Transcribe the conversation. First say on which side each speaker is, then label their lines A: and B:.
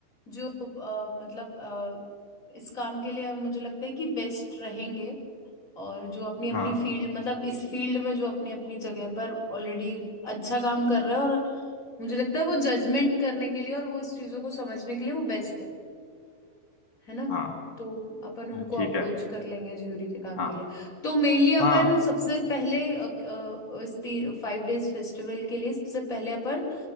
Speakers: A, on the left; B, on the left.
A: जो अ, मतलब अ, इस काम के लिए मुझे लगता है कि बेस्ट रहेंगे और जो अपनी अपनी
B: हाँ
A: फील्ड मतलब इस फील्ड में जो अपनी अपनी जगह पर ऑलरेडी अच्छा काम कर रहे हैं और मुझे लगता है वो जजमेंट करने के लिए और वो इस चीजों को समझने के लिए वो बेस्ट है है ना
B: हाँ
A: तो अपन उनको
B: ठीक
A: अप्रोच
B: है
A: कर लेंगे ज्यूरी के काम
B: हाँ
A: के लिए तो मेनली अपन
B: हाँ
A: सबसे पहले अ, अ, इस फाइव डेज फेस्टिवल के लिए सबसे पहले अपन